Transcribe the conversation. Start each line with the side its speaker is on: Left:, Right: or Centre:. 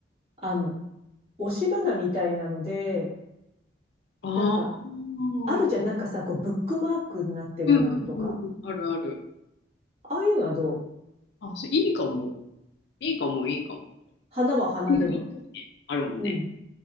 Right: あの、押し花みたいなので、
Left: ああ。
Right: なんか、
Left: う
Right: あるじゃん、
Left: ん
Right: なんかさ、こう、ブックマークになってるようなのとか、
Left: うんうんうん。あるある。
Right: ああいうのはどう
Left: あ、それいいかも。いいかも、いいかも。
Right: 花は花でもって。
Left: 有利あるもんね。
Right: うん。